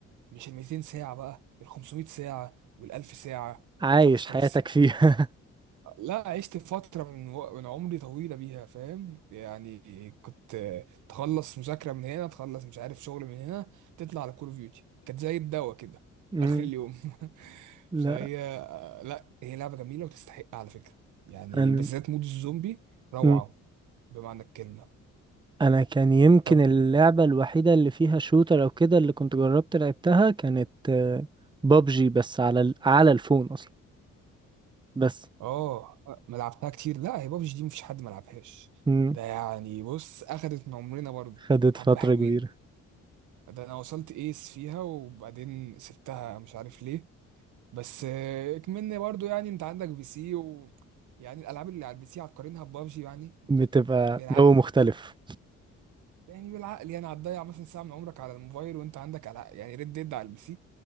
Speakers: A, on the right; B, on the right.
A: مش ال 200 ساعه بقى ال 500 ساعه وال 1000 ساعه
B: عايش
A: 5000
B: حياتك
A: ساعه
B: فيها
A: لا عشت فتره من و... من عمري طويله بيها فاهم يعني كنت آه، تخلص مذاكره من هنا تخلص مش عارف شغل من هنا تطلع على كول اوف ديوتي كانت زي الدواء كده
B: <laughs> مم.
A: اخر اليوم <laughs>
B: لا
A: فهي آه، لا هي لعبه جميله وتستحق على فكره يعني
B: انا
A: بالذات مود الزومبي روعه
B: مم.
A: بمعنى الكلمه
B: انا كان يمكن
A: طب
B: اللعبة الوحيدة اللي فيها شوتر او كده اللي كنت جربت لعبتها كانت بابجي بس على ال... على الفون اصلا بس
A: اه ما لعبتها كتير لا هي بابجي دي مفيش حد ما لعبهاش
B: مم.
A: ده يعني بص اخدت من عمرنا برضو
B: خدت
A: حبة
B: فترة
A: حلوين
B: كبيرة
A: ده انا وصلت ايس فيها وبعدين سبتها مش عارف ليه بس آه، اكملني برضو يعني انت عندك بي سي و يعني الالعاب اللي على البي سي هتقارنها ببابجي يعني
B: بتبقى
A: بالعقل
B: جو مختلف
A: يعني بالعقل يعني هتضيع مثلا ساعة من عمرك على الموبايل وانت عندك ألع- يعني ريد ديد على البي سي